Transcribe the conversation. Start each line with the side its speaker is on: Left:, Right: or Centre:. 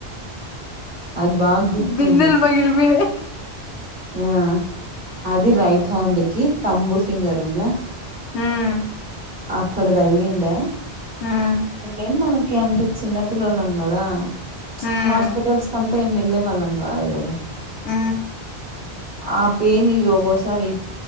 Right: అది బాగా గుర్తుంది
Left: బిందెలు పగిలిపోయాయి
Right: ఆ అది రైట్ హ్యాండ్ కి తంబు ఫీగర్ ఉండ్ల
Left: హ్మ్
Right: ఆక్కడ దగిలిండే
Left: హ్మ్
Right: ఇపుడు ఎం మన అంత చిన్నపిల్లలం గదా
Left: హ్మ్ హ్మ్
Right: హాస్పిటల్స్ కంతా ఏం వెళ్ళే వాళ్ళం కాదు కదా
Left: ఉ
Right: ఆ పెయిన్ ఇ ఒగోసారి